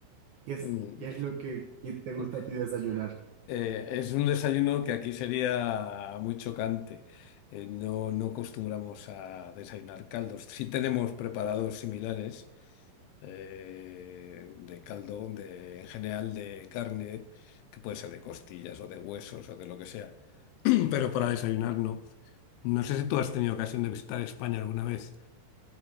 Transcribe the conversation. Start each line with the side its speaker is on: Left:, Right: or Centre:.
Right: ¿Qué es,
Left: Mm.
Right: qué es lo que que te gusta a
Left: <laughs>
Right: ti desayunar?
Left: Eh, es un desayuno que aquí sería muy chocante. Eh, no, no acostumbramos a desayunar caldos. Sí tenemos preparados similares eh, de caldo, de, en general de carne, que puede ser de costillas o de huesos o de lo que sea. <clears throat> Pero para desayunar no. No sé si tú has tenido ocasión de visitar España alguna vez.